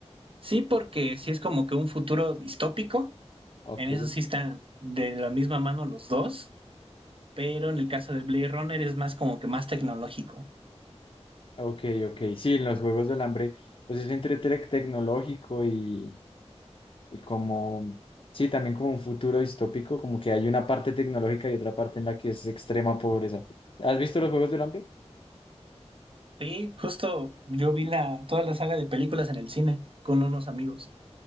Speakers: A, on the right (about 50°); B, on the left (about 50°).
A: Sí, porque sí es como que un futuro distópico.
B: Ok,
A: En eso sí están de la misma mano los dos pero en el caso de Blade Runner es más como que más tecnológico.
B: ok, ok. Sí, en los Juegos del Hambre, pues es entre tec- tecnológico y, y como, sí, también como un futuro distópico, como que hay una parte tecnológica y otra parte en la que es extrema pobreza. ¿Has visto los Juegos del Hambre?
A: Sí, justo yo vi la, toda la saga de películas en el cine con unos amigos.